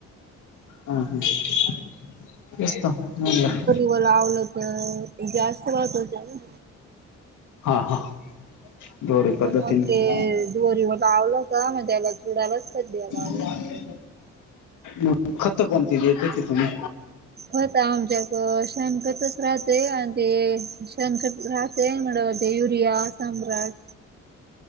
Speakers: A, on the left (about 80°); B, on the right (about 35°).
A: हम ह येतो म्हणलं.,
B: ब लावलं तर जास्त महत्त्वाच आहे ना,.
A: हा हा.. दोरी पद्धतीने
B: मग ते दोरीवर लावलं का मग त्याला चुरायाला द्याला आव
A: बानवे. मग खत कोणती दयेत त तुम्ही??
B: खत आमच्या इथे शेणखतच राहतंय तें शेणखत राहत तें युरिया सम्राट.